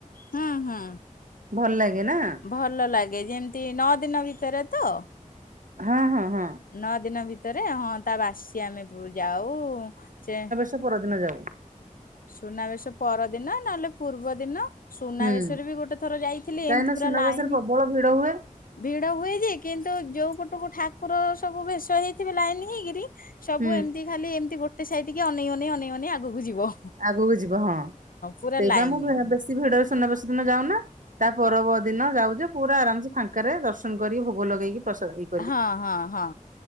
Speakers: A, on the left (about 85°); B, on the right (about 70°).
A: ହୁଁ ହୁଁ
B: ଭଲ ଲାଗେ। ନା
A: ଭଲ ଲାଗେ ଯେମିତି ନଅ ଦିନ ଭିତରେ ତ?
B: ହଁ-ହଁ-ହଁ।
A: ନଅ ଦିନ ଭିତରେ ହଁ ତା ବାସି ଆମେ ପୁ ଯାଉ ସେ
B: ତା ପରଦିନ ଯାଉ।
A: ସୁନାବେଶ ପରଦିନ ନହେଲେ ପୂର୍ବ ଦିନ। ସୁନାବେଶରେ
B: ହୁଁ
A: ବି ଗୋଟେ ଥର ଯାଇଥିଲି
B: କାହିଁକିନା
A: ଏମିତି ପୁରା
B: ସୁନାବେଶରେ
A: ଲାଇନ
B: ପ୍ରବଳ ଭିଡ ହୁଏ।
A: ଭିଡ ହୁଏ ଯେ କିନ୍ତୁ ତ ଯୋଉ ପଟକୁ ଠାକୁର ସବୁ ଭେଷ ହେଇଥିବେ ଲାଇନ ହେଇକିରି ସବୁ
B: ହୁଁ
A: ଏମିତି ଖାଲି ଏମିତି ଗୋଟେ ସାଇଡକି ଅନେଇ ଅନେଇ ଅନେଇ ଅନେଇ ଆଗକୁ ଯିବ।
B: ଆଗକୁ ଯିବ ହଁ ସେଇଥିପାଇଁ
A: ପୁରା ଲାଇନ
B: ମୁଁ ବେ ବେଶୀ ଭିଡ଼ରେ ସୁନାବେଶରେ ଦିନ ଯାଉନା ତା ପରବ ଦିନ ଯାଉଯେ ପୁରା ଆରାମ୍ ସେ ଫାଙ୍କାରେ ଦର୍ଶନ କରିକି ଭୋଗ ଲଗେଇକି ପ୍ରସାଦ ଖାଇକି
A: ହଁ ହଁ ହଁ।